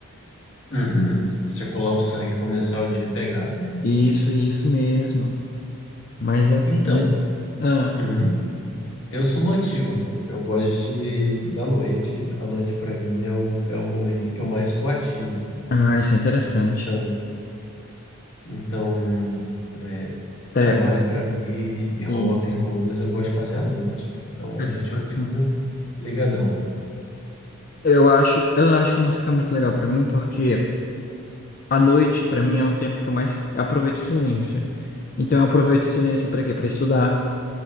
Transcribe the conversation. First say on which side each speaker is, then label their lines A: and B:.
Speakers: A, on the left; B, on the left.
A: Uhum. Circular o sangue e começar o dia pegado, né?
B: Isso, isso mesmo. Mas assim,
A: Então,
B: né? Ah,
A: uhum. Eu sou notívago. Eu gosto de da noite. A noite para mim é o, é o momento em que eu mais estou ativo.
B: ah, isso é interessante.
A: Então, Então, é,
B: É,
A: trabalho para mim e hobby,
B: isso.
A: coisas, eu gosto de fazer à noite. Então,
B: Cara,
A: à noite
B: isso é bacana.
A: eu fico ligadão.
B: Eu acho, eu acho que não fica muito legal para mim, porque a noite, para mim, é um tempo que eu mais aproveito o silêncio. Então, eu aproveito o silêncio para quê? Para estudar.